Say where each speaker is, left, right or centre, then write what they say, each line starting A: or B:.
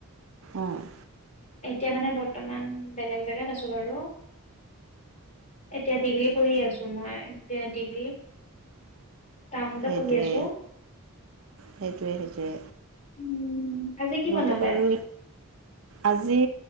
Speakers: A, on the right; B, on the left.
A: অ'।
B: এতিয়া মানে বৰ্তমান বেলেগ জেগাত আছোঁ বাৰু। এতিয়া ডিগ্ৰী পঢ়ি আছোঁ, মই ডিগ্ৰী টাউনতে
A: সেইটোৱে,
B: পঢ়ি আছো
A: সেইটোৱে, সেইটোৱে।
B: উম আজি কি
A: মইতো
B: বনালে
A: বাৰু আজি